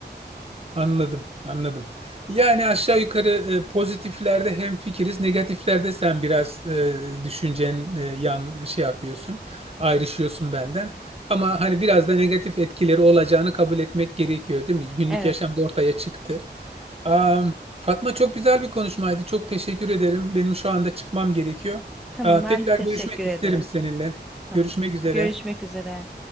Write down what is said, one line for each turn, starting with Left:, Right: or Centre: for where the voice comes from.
Right: Anladım, anladım. Yani aşağı yukarı e, pozitiflerde hem fikiriz, negatiflerde sen biraz e, düşüncen e, yan şey yapıyorsun, ayrışıyorsun benden. Ama hani biraz da negatif etkileri olacağını kabul etmek gerekiyor, değil mi? Günlük
Centre: Evet.
Right: yaşamda ortaya çıktı. Am, Fatma çok güzel bir konuşmaydı. Çok teşekkür ederim. Benim şu anda çıkmam gerekiyor.
Centre: Tamam
Right: Aa,
Centre: ben
Right: tekrar
Centre: de teşekkür
Right: görüşmek isterim
Centre: ederim.
Right: seninle.
Centre: Tamam.
Right: Görüşmek üzere.
Centre: Görüşmek üzere.